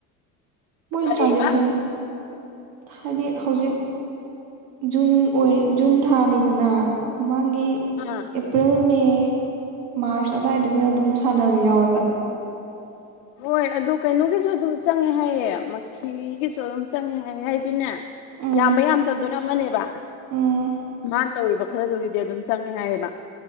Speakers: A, on the right; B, on the left.
A: ꯃꯣꯏ
B: ꯀꯔꯤꯕ
A: ꯇ꯭ꯔꯥꯟꯖꯦꯛꯁꯟ ꯍꯥꯏꯗꯤ ꯍꯧꯖꯤꯛ ꯖꯨꯟ ꯑꯣꯏ ꯖꯨꯟ ꯊꯥꯅꯤꯗꯅ ꯃꯃꯥꯡꯒꯤ
B: ꯑꯥ
A: ꯑꯦꯄ꯭ꯔꯤꯜ ꯃꯦ ꯃꯥꯔꯁ ꯑꯗꯨꯗꯥꯏꯗꯒ ꯑꯗꯨꯝ ꯁꯥꯟꯅꯕ ꯌꯥꯎꯋꯦꯕ
B: ꯍꯣꯏ ꯑꯗꯨꯗꯣ ꯀꯩꯅꯣꯒꯤꯁꯨ ꯑꯗꯨꯝ ꯆꯪꯉꯦ ꯍꯥꯏꯌꯦꯦ ꯃꯈꯤꯒꯤꯁꯨ ꯑꯗꯨꯝ ꯆꯪꯉꯦ ꯍꯥꯏꯌꯦꯦ ꯍꯥꯏꯗꯤꯅꯦ
A: ꯎꯝ
B: ꯌꯥꯝꯕ ꯌꯥꯝꯗꯕꯗꯣꯏꯅ ꯃꯅꯦꯕ
A: ꯎꯝ
B: ꯃꯥ ꯇꯧꯔꯤꯕ ꯈꯔꯗꯨꯒꯤꯗꯤ ꯑꯗꯨꯝ ꯆꯪꯉꯦ ꯍꯥꯏꯌꯦꯕ